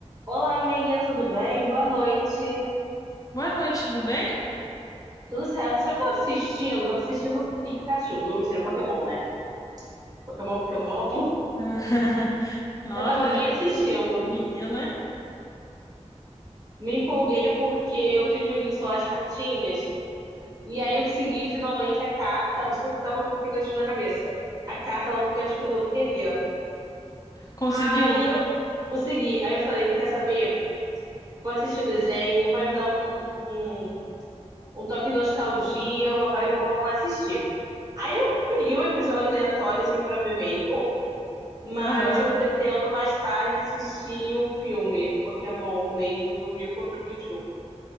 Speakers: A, on the right (about 30°); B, on the left (about 30°).
A: Olá, amiga, tudo bem? Boa noite.
B: Boa noite, tudo bem?
A: Tudo certo? Sabe o que eu tava assistindo? Eu Tava assistindo Pikachu. Não, mentira, Pokémon, né? Pokémon, Pokémon.
B: <laughs> Nossa,
A: Eu tava bem assistindo.
B: menina,
A: Me empolguei porque eu tenho um joguinho de celular de cartinhas. E aí eu consegui finalmente a carta, porque eu tava com o Pikachu na cabeça. A carta lá do Pikachu que eu todo queria.
B: conseguiu.
A: Aí eu consegui. Aí eu falei: quer saber? Vou assistir o desenho, vai me dar um, um, um toque de nostalgia, uma vibe boa, vou assistir. Aí eu peguei um episódio aleatório, assim, pra ver mesmo. Mas
B: Aham.
A: eu pretendo mais tarde assistir o filme Pokémon mesmo, do Mil contra o Mewtwo,